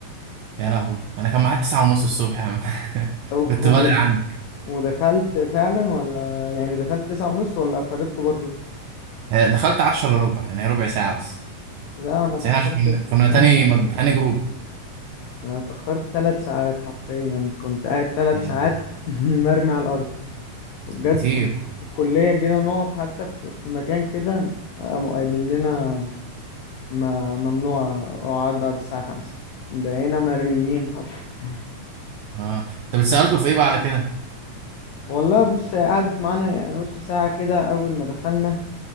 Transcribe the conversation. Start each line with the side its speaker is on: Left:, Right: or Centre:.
Right: يا لهوي انا كان معاك تسعة ونص الصبح يا عم <laughs>
Left: طب
Right: كنت
Left: و-
Right: بدري عنك
Left: ودخلت فعلا ولا يعني دخلت تسعة ونص ولا اخرتكم برضو
Right: آه، دخلت عشرة الا ربع يعني ربع ساعه بس
Left: لا انا اتأخرت
Right: بس احنا عشان كنا كنا تاني
Left: أم،
Right: مج... تاني جروب
Left: انا اتأخرت تلات ساعات حرفيا كنت قاعد تلات
Right: آه،
Left: ساعات <laughs> مرمي على الارض وبجد
Right: كتير
Left: في, الك- في الكلية جينا نقعد حتى في, في مكان كده قاموا قايلين لنا ما ممنوع اقعد بعد الساعة خمسة بقينا مرميين حرفيا <laughs>
Right: اه انت بتسالته في ايه بقى على كده
Left: والله بص هي قعدت معانا نص ساعة كده أول ما دخلنا